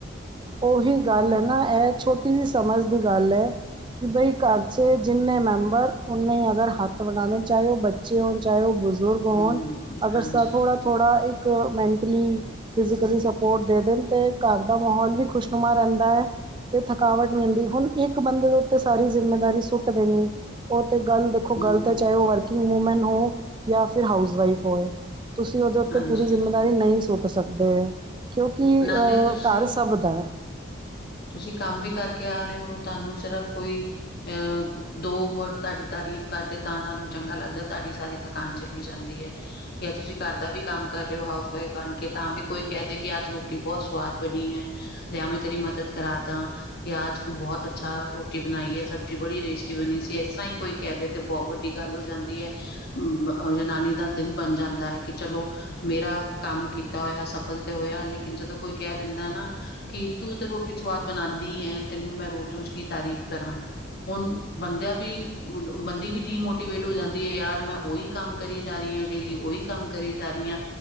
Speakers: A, on the right (about 25°); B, on the left (about 50°).
A: ਉਹੀ ਗੱਲ ਹੈ, ਨਾ ਇਹ ਛੋਟੀ ਜਿਹੀ ਸਮਝ ਦੀ ਗੱਲ ਹੈ। ਕਿ ਭਾਈ ਘਰ 'ਚ ਜਿੰਨੇ ਮੈਂਬਰ ਉਨੇ ਹੀ ਹੱਥ ਵੰਡਾ ਦੇਣ। ਚਾਹੇ ਉਹ ਬੱਚੇ ਹੋਣ ਚਾਹੇ ਉਹ ਬਜ਼ੁਰਗ ਹੋਣ
B: ਹਮ
A: ਅਗਰ
B: ਹਾਂਜੀ
A: ਸਬ ਥੋੜ੍ਹਾ। ਥੋੜ੍ਹਾ ਇੱਕ ਮੈਂਟਲੀ ਫਿਜ਼ਕਲੀ ਸਪੋਰਟ ਦੇ ਦੇਣ ਅਤੇ ਘਰ ਦਾ ਮਾਹੌਲ ਵੀ। ਖੁਸ਼ਨੁਮਾ ਰਹਿੰਦਾ ਹੈ। ਤੇ ਥਕਾਵਟ ਮਿਲਦੀ ਹੁਣ ਇੱਕ ਬੰਦੇ ਦੇ ਉੱਤੇ ਸਾਰੀ ਜਿੰਮੇਦਾਰੀ ਸੁੱਟ ਦੇਣੀ। ਉਹ ਤੇ ਗਲ ਉਹ
B: ਹਮ
A: ਗਲਤ ਹੈ, ਚਾਹੇ ਉਹ ਵਰਕਿੰਗ ਵੂਮੈਨ ਹੋ ਜਾਂ ਫਿਰ ਹਾਊਸ ਵਈਫ ਹੋਵੇ। ਤੁਸੀਂ ਉਹਦੇ ਉੱਤੇ
B: ਹਾਂਜੀ
A: ਪੂਰੀ ਜ਼ਿੰਮੇਦਾਰੀ ਨਹੀਂ ਸੁੱਟ ਸਕਦੇ ਹੈ। ਕਿਉਂਕਿ
B: ਨਾਲੇ
A: ਅ
B: ਤੁਸੀਂ
A: ਘਰ ਸਭ ਦਾ ਹੈ।
B: ਤੁਸੀਂ ਕੰਮ ਵੀ ਕਰਕੇ ਆ ਰਹੇ ਹੋ, ਤੁਹਾਨੂੰ ਸਿਰਫ ਕੋਈ ਅਹ। ਦੋ ਵਰਡ ਤੁਹਾਡੀ ਤਾਰੀਫ਼ ਕਰਦੇ ਤਾਂ ਤੁਹਾਨੂੰ ਚੰਗਾ ਲੱਗਦਾ, ਤੁਹਾਡੀ ਸਾਰੀ ਥਕਾਨ ਚਲੀ ਜਾਂਦੀ ਹੈ। ਜਾਂ ਤੁਸੀਂ ਘਰ ਦਾ ਵੀ ਕੰਮ ਕਰ ਰਹੇ ਹੋ, ਹਾਊਸ ਵਈਫ ਬਣ ਕੇ ਤਾਂ ਵੀ ਕੋਈ ਕਹਿ ਦੇ ਕਿ, ਅੱਜ ਰੋਟੀ ਬਹੁਤ ਸਵਾਦ ਬਣੀ ਹੈ। ਲਿਆ ਮੈਂ ਤੇਰੀ ਮਦਦ ਕਰਾ ਦਾ। ਕਿ ਆਜ ਤੂੰ ਬਹੁਤ ਅੱਛਾ ਰੋਟੀ ਬਣਾਈ ਹੈ, ਸਬਜ਼ੀ ਬੜੀ ਟੇਸਟੀ ਬਣੀ ਸੀ। ਇਸ ਤਰ੍ਹਾਂ ਹੀ ਕੋਈ ਕਹਿਦੇ ਤੇ ਬਹੁਤ ਵੱਡੀ ਗੱਲ ਹੋ ਜਾਂਦੀ ਹੈ, ਜਨਾਨੀ ਦਾ ਦਿਨ ਬਣ ਜਾਂਦਾ ਹੈ। ਕਿ ਚਲੋ, ਮੇਰਾ ਕੰਮ ਕੀਤਾ ਹੋਇਆ ਸਫਲ ਤੇ ਹੋਇਆ ਲੇਕਿਨ ਜਦੋਂ ਕੋਈ ਕਹਿ ਦਿੰਦਾ ਹੈ ਨਾ। ਕਿ ਤੂੰ ਤੇ ਰੋਟੀ ਸਵਾਦ ਬਣਾਉਂਦੀ ਹੈ ਤੈਨੂੰ ਮੈਂ ਰੋਜ਼ ਰੋਜ਼ ਕੀ ਤਾਰੀਫ਼ ਕਰਾਂ। ਹੁਣ ਬੰਦਿਆਂ ਵੀ ਬੰਦੀ ਵੀ ਡੀਮੋਟੀਵੇਟ ਹੋ ਜਾਂਦੀ ਹੈ ਯਾਰ ਮੈਂ ਉਹੀ। ਕੰਮ ਕਰੀ ਜਾ ਰਹੀ ਹਾਂ। ਡੇਲੀ ਉਹੀ ਕੰਮ ਕਰੀ ਜਾ ਰਹੀ ਹਾਂ।